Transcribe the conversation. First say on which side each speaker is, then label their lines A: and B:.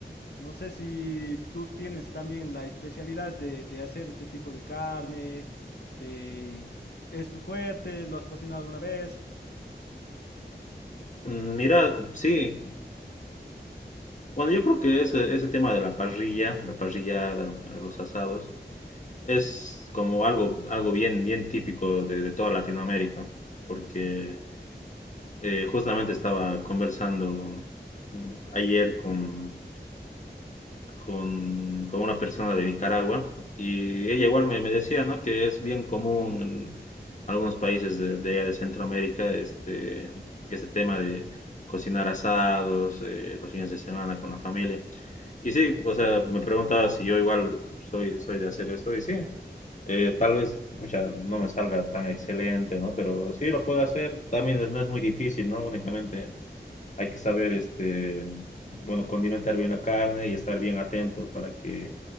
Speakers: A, on the left (about 65°); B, on the left (about 45°).
A: No sé si tú tienes también la especialidad de, de hacer este tipo de carne. eh, ¿es tu fuerte? ¿Lo has cocinado alguna vez?
B: Mm, Mira, sí, Bueno, yo creo que ese, ese tema de la parrilla, la parrillada, eh, los asados, es como algo, algo bien, bien típico de, de toda Latinoamérica, porque eh, justamente estaba conversando mm, ayer con, con, con una persona de Nicaragua y ella igual me, me decía, ¿no? que es bien común en algunos países de, de, allá de Centroamérica este, este tema de cocinar asados, eh, los fines de semana con la familia. Y sí, o sea, me preguntaba si yo igual soy, soy de hacer esto y sí, eh, tal vez pucha, no me salga tan excelente, ¿no? Pero sí lo puedo hacer, también es- no es muy difícil, ¿no? Únicamente hay que saber, este, bueno, condimentar bien la carne y estar bien atento para que